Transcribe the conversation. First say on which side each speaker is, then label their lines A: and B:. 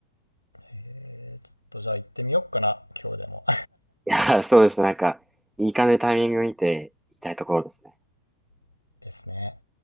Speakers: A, on the left; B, in the centre.
A: えー、ちょっとじゃあ行ってみよっかな。今日でも。
B: いやー、そうですね。なんか、いい感じでタイミング見ていきたいところですね。
A: <laughs> ですね。